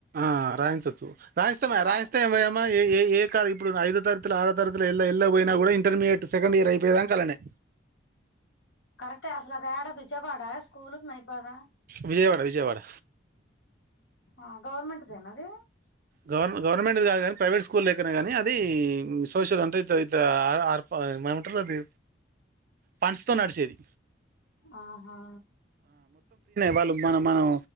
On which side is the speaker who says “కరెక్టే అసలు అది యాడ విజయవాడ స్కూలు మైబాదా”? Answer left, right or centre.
Left